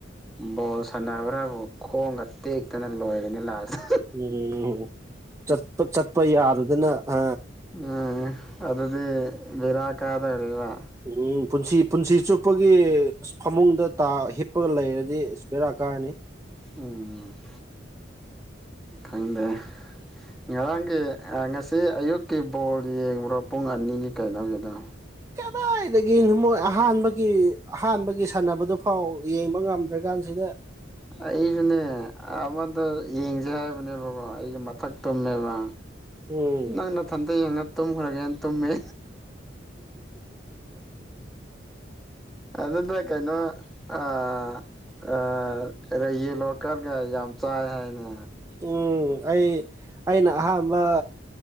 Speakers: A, in the centre; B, on the right (about 15°).
A: ꯕꯣꯜ ꯁꯥꯟꯅꯕ꯭ꯔꯥꯕꯨ ꯈꯣꯡꯒ ꯇꯦꯛꯇꯅ ꯂꯣꯏꯒꯅꯤ ꯂꯁ
B: ꯎꯝ ꯆꯠꯄ ꯆꯠꯄ ꯌꯥꯗꯗꯅ ꯑ
A: ꯎꯝ ꯑꯗꯨꯗꯤ ꯕꯤꯔꯥꯀꯥꯗꯣꯏ ꯔꯤꯔꯥ
B: ꯎꯝ ꯄꯨꯟꯁꯤ ꯄꯨꯟꯁꯤ ꯆꯨꯞꯄꯒꯤ ꯐꯃꯨꯡꯗ ꯇꯥ ꯍꯤꯞꯄꯒ ꯂꯩꯔꯗꯤ ꯕꯦꯔꯥ ꯀꯥꯅꯤ
A: ꯎꯝ ꯈꯪꯗꯦ ꯉꯔꯥꯡꯒꯤ ꯑ ꯉꯁꯤ ꯑꯌꯨꯛꯀꯤ ꯕꯣꯜ ꯌꯦꯡꯕ꯭ꯔꯣ ꯄꯨꯡ ꯑꯅꯤꯒꯤ ꯀꯩꯅꯣꯒꯤꯗꯣ
B: ꯀꯗꯥꯏꯗꯒꯤꯅꯣ ꯃꯣꯏ ꯑꯍꯥꯟꯕꯒꯤ ꯑꯍꯥꯟꯕꯒꯤ ꯁꯥꯟꯅꯕꯗꯨꯐꯥꯎ ꯌꯦꯡꯕ ꯉꯝꯗ꯭ꯔꯀꯥꯟꯁꯤꯗ
A: ꯑꯩꯁꯨꯅꯦ ꯑꯃꯗ ꯌꯦꯡꯁꯦ ꯍꯥꯏꯕꯅꯦꯕꯀꯣ ꯑꯩꯁꯦ ꯃꯠ ꯃꯊꯛ ꯇꯨꯝꯃꯦꯕ
B: ꯎꯝ
A: ꯅꯪ ꯅꯊꯟꯇ ꯌꯦꯡꯉ ꯇꯨꯝꯈ꯭ꯔꯒꯦꯅ ꯇꯨꯝꯃꯦ ꯑꯗꯨꯅ ꯀꯩꯅꯣ ꯑꯥ ꯑꯥ ꯌꯦꯂꯣ ꯀꯥꯔꯗꯀꯥ ꯌꯥꯝ ꯆꯥꯏ ꯍꯥꯏꯅꯦ
B: ꯎꯝ ꯑꯩ ꯑꯩꯅ ꯑꯍꯥꯝꯕ